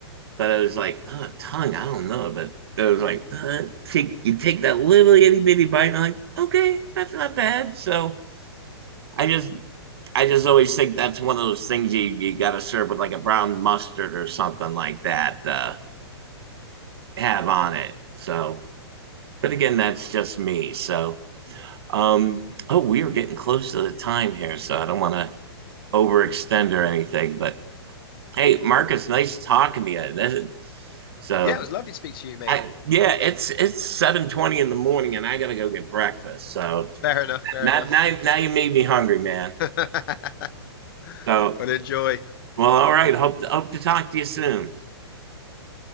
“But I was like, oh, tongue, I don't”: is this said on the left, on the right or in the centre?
Right